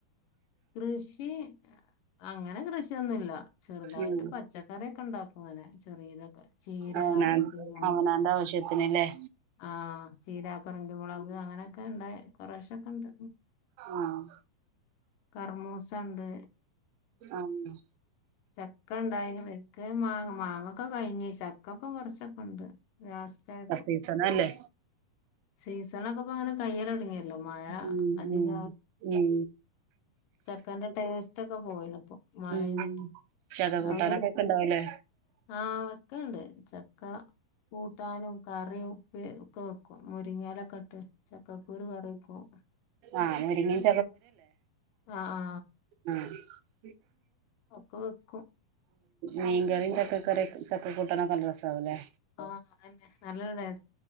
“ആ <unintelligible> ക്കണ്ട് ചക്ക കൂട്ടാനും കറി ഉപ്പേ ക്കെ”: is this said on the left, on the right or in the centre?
Left